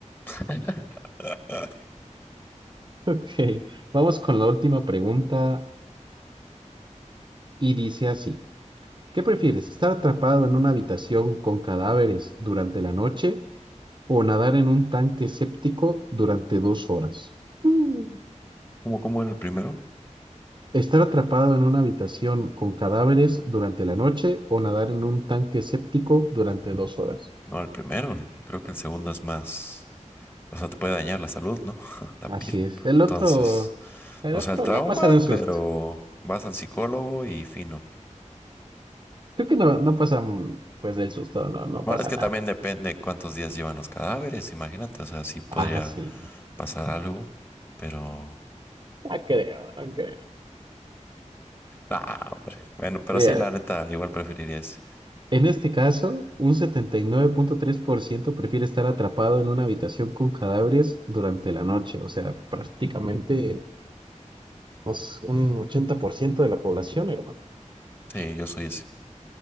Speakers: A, on the left; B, on the right.
A: <laughs> Ah,
B: Ok, vamos con la última pregunta y dice así, ¿qué prefieres, estar atrapado en una habitación con cadáveres durante la noche o nadar en un tanque séptico durante dos horas? Mm.
A: ¿Cómo, cómo era el primero?
B: Estar atrapado en una habitación con cadáveres durante la noche o nadar en un tanque séptico durante dos horas.
A: No, el primero. el- Creo que el segundo es más. O sea, te puede dañar la salud, ¿no? <laughs> La
B: Así
A: piel.
B: es. El
A: Entonces,
B: otro, el
A: o
B: otro
A: sea, el trauma,
B: no pasa de un susto.
A: pero vas al psicólogo y fino.
B: Creo que no, no pasa mm, pues del susto, no, no
A: Bueno,
B: pasa
A: es que
B: nada.
A: también depende cuántos días llevan los cadáveres, imagínate, o sea, sí podría
B: Ah, sí.
A: pasar algo, pero...
B: No creo, no creo.
A: Ah, hombre. Bueno, pero
B: Mira,
A: sí, la neta, igual preferiría ese.
B: en este caso, un setenta y nueve punto tres por ciento prefiere estar atrapado en una habitación con cadáveres durante la noche. O sea, prácticamente pues, un 80% de la población, hermano.
A: Sí, yo soy ese.